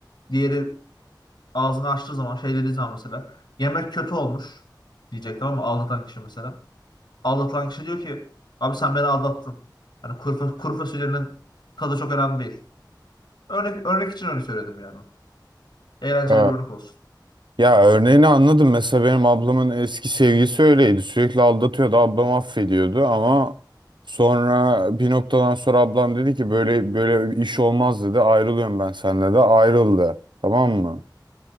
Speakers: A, on the left; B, on the right.
A: diğeri ağzını açtığı zaman şey dediği zaman mesela yemek kötü olmuş diyecek tamam mı? Aldatan kişi mesela. Aldatılan kişi diyor ki abi sen beni aldattın. Hani kuru, fa- kuru fasulyenin tadı çok önemli değil. Örnek, örnek için öyle söyledim yani. Eğlenceli
B: Hmm.
A: bir örnek olsun.
B: Ya örneğini anladım. Mesela benim ablamın eski sevgilisi öyleydi. Sürekli aldatıyordu. Ablam affediyordu ama sonra bir noktadan sonra ablam dedi ki böyle böyle iş olmaz dedi. Ayrılıyorum ben seninle de. Ayrıldı. Tamam mı?